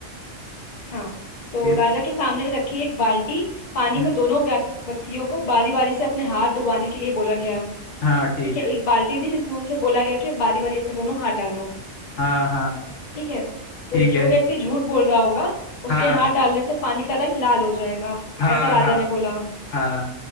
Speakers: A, on the left; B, on the left.
A: हाँ तो
B: फिर
A: राजा के सामने रखी एक बाल्टी पानी
B: हम्म,
A: में दोनों व्यक- व्यक्तियों को बारी बारी से अपने हाथ डुबाने के लिए बोला गया
B: हाँ ठीक
A: ठीक
B: है
A: है एक बाल्टी दी जिसमें उनसे बोला गया कि बारी बारी अपने दोनों हाथ डालो
B: हाँ हाँ
A: ठीक है तो
B: ठीक
A: जो
B: है
A: व्यक्ति झूठ बोल रहा होगा
B: हाँ
A: उसके हाथ डालने से पानी का रंग लाल हो जाएगा
B: हाँ
A: ऐसा
B: हाँ
A: राजा ने बोला
B: हाँ